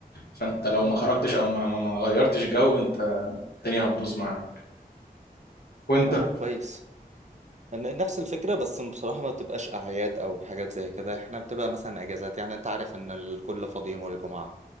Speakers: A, on the left; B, on the right.
A: فانت لو ما
B: مم.
A: خرجتش او ما ما ما غيرتش جو انت الدنيا هتبوظ معاك وانت
B: والله كويس ن- نفس الفكرة بس بصراحة ما بتبقاش أعياد أو حاجات زي كده إحنا بتبقى مثلا أجازات يعني أنت عارف إن الكل فاضي يوم الجمعة